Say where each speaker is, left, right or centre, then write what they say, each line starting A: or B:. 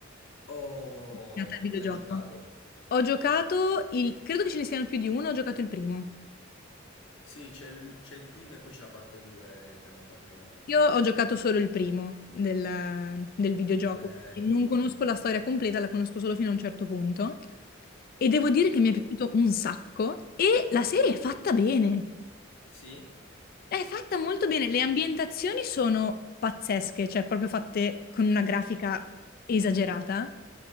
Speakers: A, on the left (about 70°); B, on the left (about 45°).
A: Oh,
B: nata al videogioco.
A: l'hai giocato?
B: Ho giocato il, credo che ce ne siano più di uno, ho giocato il primo.
A: Sì, c'è il, c'è il primo e poi c'è la parte 2 che hanno fatto nuova.
B: Io ho giocato solo il primo del, del videogioco,
A: Bello.
B: quindi non conosco la storia completa, la conosco solo fino a un certo punto. E devo dire che mi
A: Oh,
B: è piaciuto un sacco e la serie è fatta bene.
A: Sì?
B: È fatta molto bene, le ambientazioni sono pazzesche, cioè proprio fatte con una grafica esagerata.